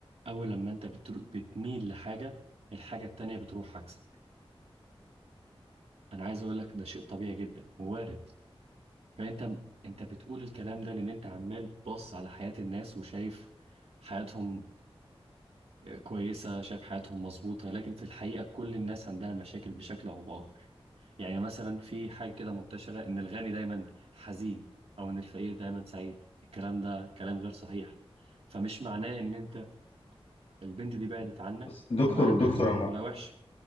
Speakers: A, on the right; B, on the left.
A: اول لما انت بتر- بتميل لحاجه الحاجه التانيه بتروح عكسك انا عايز اقول لك ده شيء طبيعي جدا ووارد فانت انت بتقول الكلام ده لان انت عمال باص على حياة الناس وشايف حياتهم كويسة شايف حياتهم مظبوطة لكن في الحقيقة كل الناس عندها مشاكل بشكل او باخر يعني مثلا في حاجة كده منتشرة ان الغني دايما حزين او ان الفقير دايما سعيد الكلام ده كلام غير صحيح فمش معناه ان انت البنت دي بعدت عنك
B: بس دكتور
A: ده معناه ان
B: دكتور
A: حياتك
B: انا
A: كلها وحشة